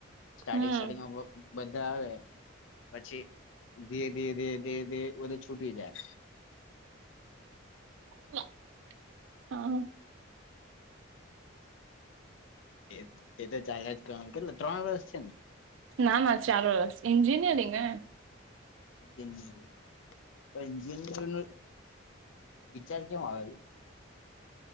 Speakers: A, on the left; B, on the right.
A: સ્ટાર્ટિંગ
B: હમ
A: સ્ટાર્ટિંગમાં બધા આવે. પછી ધીરે ધી ધી ધીરે ધીરે બધું છૂટી જાય.
B: <inaudible> હા.
A: એ. એ તો ચાલે જ કરવાનું કેટલે ત્રણ વર્ષ છે ને.
B: ના ના ચાર વર્ષ એન્જિનિયરિંગ ને.
A: ઈન્જ ત એન્જિનિયરિંગ વિચાર કેવો આવેલું.